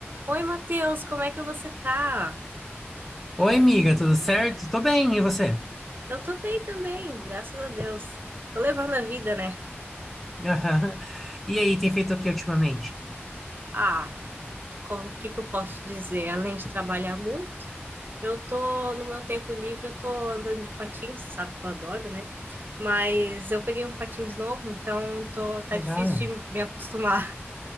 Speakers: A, on the right; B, in the centre.
A: Oi, Matheus, como é que você tá?
B: Oi, amiga, tudo certo? Tô bem, e você?
A: Eu tô bem também, graças a Deus. Tô levando a vida, né?
B: Aham. E aí, tem feito o que ultimamente?
A: Ah, como- o que que eu posso te dizer? Além de trabalhar muito, eu tô, no meu tempo livre, eu tô andando de patins, sabe que eu adoro, né? Mas eu peguei um patins novo, então tô, tá
B: Legal.
A: difícil de me acostumar.